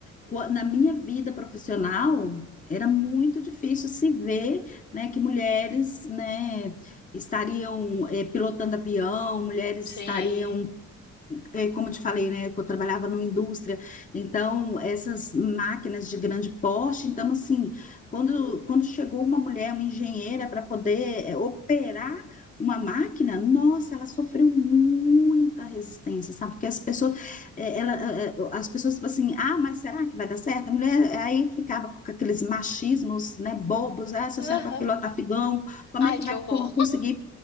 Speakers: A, on the left; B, on the left.
A: qua- na minha vida profissional era muito difícil se ver, né, que mulheres, né, estariam é, pilotando avião, mulheres
B: sim.
A: estariam é, como eu te falei, né, que eu trabalhava numa indústria, então essas máquinas de grande porte, então assim, quando, quando chegou uma mulher, uma engenheira, para poder é, operar uma máquina, nossa, ela sofreu muita resistência, sabe? Porque as pessoas, é, ela, é, é, as pessoas tipo assim, ah, mas será que vai dar certo? A mulher aí ficava com aqueles machismos, né, bobos, ah, se
B: Aham.
A: eu serve para pilotar figão, como
B: Ai,
A: é que
B: que
A: vai
B: horror.
A: co- conseguir
B: <laughs>